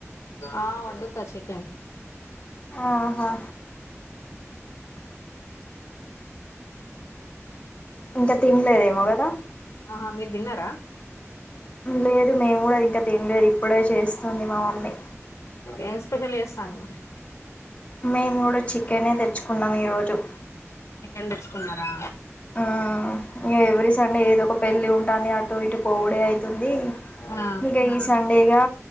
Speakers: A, on the left (about 70°); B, on the left (about 25°).
A: ఆ వండుతా చికెన్
B: ఆహా ఇంకా తినలేదేమో కదా
A: ఆ మీరు తిన్నారా
B: లేదు మేము కూడా ఇంకా తినలేదు ఇప్పుడే చేస్ స్తుంది మా మమ్మీ
A: ఏమ్ స్పెషల్ చేస్తానవ్
B: మేమ్ కూడా చి చికేనే తెచ్చుకున్నాం ఈరోజు
A: చికెన్ తెచ్చుకున్నారా
B: ఆ ఇగ ఎవ్రీ సండే ఏదో ఒక పెళ్ళి ఉంటాంది అటు ఇటు పోవుడే అయి ఉంది
A: ఆ
B: ఇక ఈ సం సండేగా